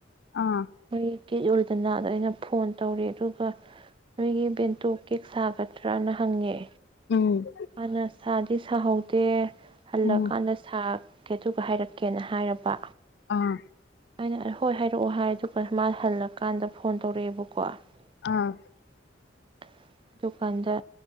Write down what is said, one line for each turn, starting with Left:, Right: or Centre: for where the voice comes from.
Left: ꯑꯥ
Right: ꯑꯩ꯫ <unintelligible> ꯅꯥꯗ ꯑꯩꯅ ꯐꯣꯟ ꯇꯧꯔꯦ ꯑꯗꯨꯒ ꯅꯣꯏꯒꯤ ꯕꯦꯟꯇꯣ ꯀꯦꯛ ꯁꯥꯒꯗ꯭ꯔꯅ ꯍꯪꯉꯦ꯫
Left: ꯎꯝ꯫
Right: ꯃꯥꯅ ꯁꯥꯗꯤ ꯁꯥꯍꯧꯗꯦ꯫ ꯍꯥꯜꯂꯛꯀꯥꯟꯗ
Left: ꯎꯝ
Right: ꯁꯥ ꯀꯦ ꯑꯗꯨꯒ ꯍꯥꯏꯔꯛꯀꯦꯅ ꯍꯥꯏꯔꯛꯄ꯫
Left: ꯑꯥ꯫
Right: ꯑꯩꯅ ꯍꯣꯏ ꯍꯥꯏꯔꯛꯑꯣ ꯍꯥꯏ ꯑꯗꯨꯒ ꯃꯥꯅ ꯍꯜꯂꯛ ꯀꯥꯟꯗ ꯐꯣꯟ ꯇꯧꯔꯛꯑꯦꯕꯀꯣ ꯑꯗꯨ
Left: ꯑꯥ
Right: ꯄꯟꯗ꯫